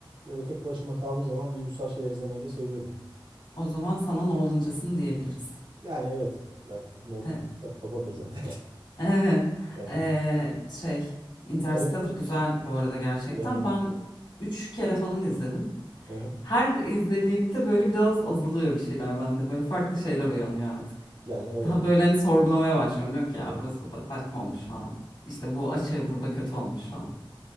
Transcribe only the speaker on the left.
O zaman sana Nolan'cısın diyebiliriz.
E,
evet.
E, şey, Interstellar
güzel bu arada gerçekten.
Ben üç kere falan izledim.
Her izlediğimde böyle biraz azalıyor bir şeyler bende. Böyle farklı şeyler uyanıyor artık.
Daha böyle hani sorgulamaya başlıyorum. Diyorum ki ya
burası da saçma olmuş falan. İşte bu açı burada kötü olmuş falan.